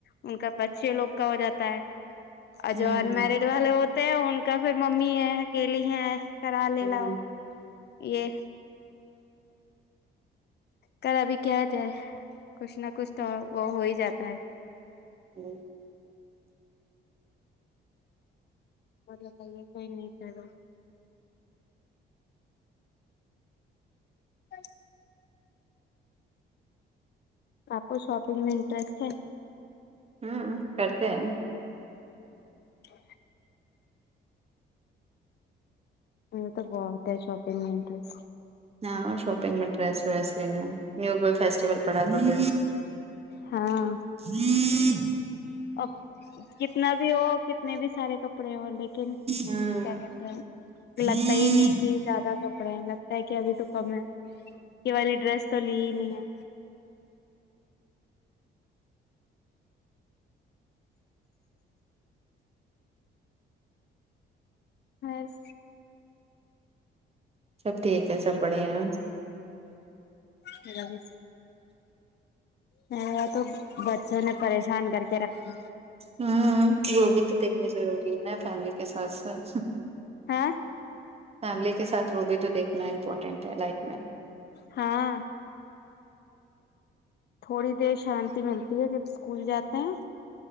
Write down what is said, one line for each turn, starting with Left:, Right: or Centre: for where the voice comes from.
Left: ان کا پ چھ لوگ کا ہو جاتا ہے اور
Right: ہ
Left: جو ان میرڈ والے ہو ان کا پھر ممی ہے اکیلی ہے کرا لے
Right: ہ
Left: لاؤ یہ کل ابھی کیا جائے کچھ نہ کچھ تو وہ ہو ہی جاتا ہے
Right: جی
Left: مطلب کہئیے کوئی نہیں <unintelligible> اچ آپ کو شاپنگ میں انٹرسٹ ہے
Right: ہوں کرتے ہیں
Left: ہ ہمیں تو بہت ہے شاپنگ میں انٹرسٹ
Right: ہاں شاپنگ میں ڈیرس ویرس لینا یہ وہ فسٹیول پڑا تو <inaudible>
Left: ہاں
Right: جی
Left: اب کتنا بھی ہو کتنے بھی سارے کپ ڑے ہو لیکن
Right: ہ
Left: کیا کہتے ہیں لگتا
Right: جی
Left: ہی نہیں کہ زیادہ کپڑے ہیں لگتا ہے کہ ابھی تو کم ہے یہ والی ڈریس تو لی ہی نہیں ہے ہس
Right: سب ٹھیک ہے سب بڑھیا ہیں
Left: ہیلو ہ یا تو بچوں نے پریشان کر کے رکھا
Right: ہاں ہاں وہ بھی تو دیکھنی ضروری ہے نا فیملی کے ساتھ ساتھ
Left: ہاں
Right: فیملی کے ساتھ وہ بھی تو دیکھنا امپورٹینٹ ہے لائف میں
Left: ہاں تھوڑی دیر شانتی ملتی ہے جب اسکول جاتے ہیں